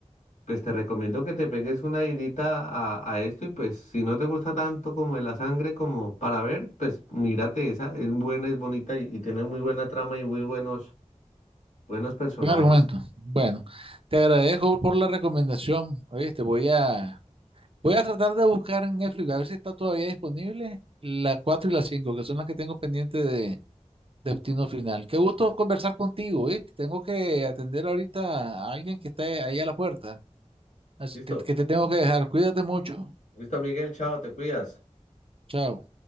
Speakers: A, on the left; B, on the right.
A: pues te recomiendo que te pegues una irita a, a esto y pues si no te gusta tanto como de la sangre como para ver, pues mírate esa, es buena, es bonita y, y tiene muy buena trama y muy buenos, buenos personajes.
B: Buen argumento. Bueno, te agradezco por la recomendación. Oíste, voy a, voy a tratar de buscar en Netflix a ver si está todavía disponible la 4 y la 5 que son las que tengo pendiente de de Destino Final. Qué gusto conversar contigo, ¿viste? Tengo que atender ahorita a alguien que está ahí a la puerta. Así
A: Listo,
B: que que te tengo que dejar. Cuídate mucho.
A: listo, Miguel, chao, te cuidas.
B: Chao.